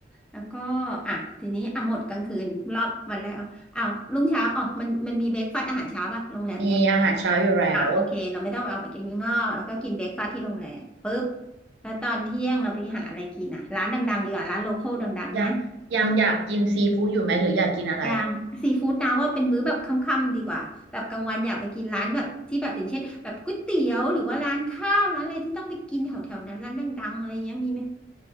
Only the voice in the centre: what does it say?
แล้วก็อ่ะทีนี้อ่ะหมดกลางคืนรอบวันแรกอ่ะอ้าวรุ่งเช้าอ๋อมันมันมีเบรกฟาสต์อาหารเช้าป่ะโรงแรมเนี้ย
อ่ะโอเคเราไม่ต้องเอาไปกินข้างนอกแล้วก็กินเบรกฟาสต์ที่โรงแรมปุ๊บแล้วตอนเที่ยงเราไปหาอะไรกินอ่ะร้านดังๆดีกว่าร้านโลคอลดังๆเนี่ย
อย่างซีฟู้ดนะว่าเป็นมื้อแบบค่ำๆดีกว่าแบบกลางวันอยากไปกินร้านแบบที่แบบอย่างเช่นแบบก๋วยเตี๋ยวหรือว่าร้านข้าวร้านอะไรที่ต้องไปกินแถวๆนั้นร้านดังๆอะไรเงี้ยมีไหม